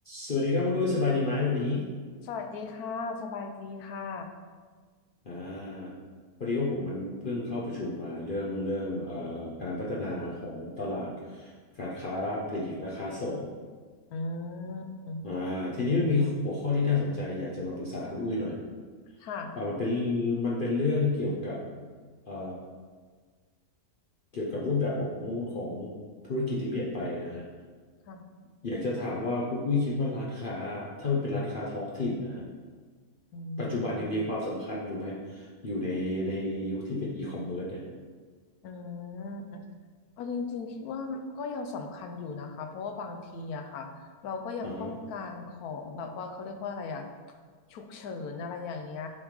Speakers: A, on the left; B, on the left.
A: สวัสดีครับคุณอุ้ยสบายดีไหมวันนี้
B: สวัสดีค่ะสบายดีค่ะ
A: อ่าพอดีว่าผมมันเพิ่งเข้าประชุมมาเรื่องเรื่องเอ่อการพัฒนาของตลาดการค้าปลีกและค้าส่ง
B: อืม
A: อ่าทีนี้มันมีหัวข้อที่น่าสนใจอยากจะมาปรึกษาคุณอุ้ยหน่อย
B: ค่ะ
A: อ่ามันเป็นมันเป็นเรื่องเกี่ยวกับเอ่อ เกี่ยวกับรูปแบบของของธุรกิจที่เปลี่ยนไปนะฮะ
B: ค่ะ
A: อยากจะถามว่าคุณอุ้ยคิดว่าร้านค้าถ้ามันเป็นร้านค้าท้องถิ่นนะฮะ
B: อื
A: ปัจจุบันยังมีความสำคัญอยู่ไหม
B: ม
A: อยู่ในในยุคที่เป็นอีคอมเมิร์ซเนี่ย
B: อืมเอาจริงๆคิดว่าก็ยังสำคัญอยู่นะคะเพราะว่าบางทีอะค่ะเราก็ยังต้องการของแบบว่าเขาเรียกว่าอะไรอะ
A: อ่าฮะ
B: ฉุกเฉินอะไรอย่างเงี้ย